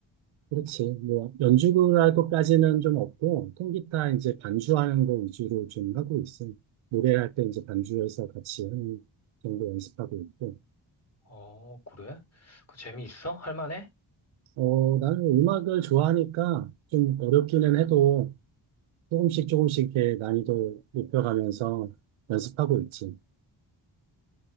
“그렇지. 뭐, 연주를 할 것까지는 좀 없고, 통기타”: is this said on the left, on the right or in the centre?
Right